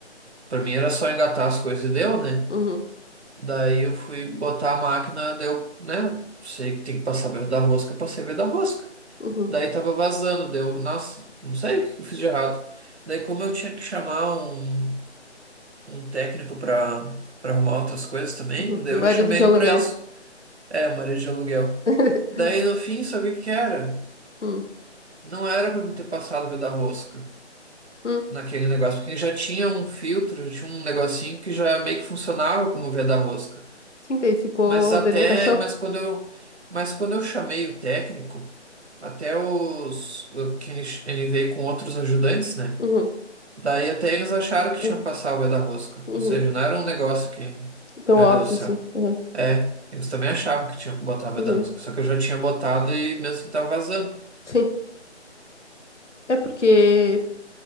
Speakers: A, on the right; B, on the left.
A: pra mim era só engatar as coisas e deu, né?
B: Uhum,
A: Daí eu fui botar a máquina, daí eu, né? Sei que tem que passar a dar rosca, passei a dar rosca.
B: uhum,
A: Daí tava vazando, deu, nossa, não sei o que eu fiz de errado. Daí como eu tinha que chamar um, um técnico pra, pra arrumar outras coisas também,
B: uhum.
A: daí
B: Marido
A: eu já chamei
B: de
A: ele
B: aluguel.
A: pra isso. É, o marido de aluguel.
B: <laughs>
A: Daí no fim, sabe o que que era?
B: Hum,
A: Não era pra me ter passado o veda rosca
B: hum.
A: naquele negócio, porque já tinha um filtro, já tinha um negocinho que já meio que funcionava como veda rosca.
B: Sim, daí ficou,
A: Mas até,
B: daí não encaixou?
A: mas quando eu, mas quando eu chamei o técnico, até os o- que ele, ele veio com outros ajudantes, né?
B: Uhum,
A: Daí até eles acharam que tinha
B: uhum,
A: passado o veda rosca,
B: uhum.
A: ou seja, não era um negócio que,
B: Tão
A: meu
B: óbvio,
A: Deus do céu.
B: sim. Uhum.
A: É, eles também achavam que tinha que botar
B: Uhum.
A: o da rosca, só que eu já tinha botado e mesmo assim tava vazando.
B: Sim. É porque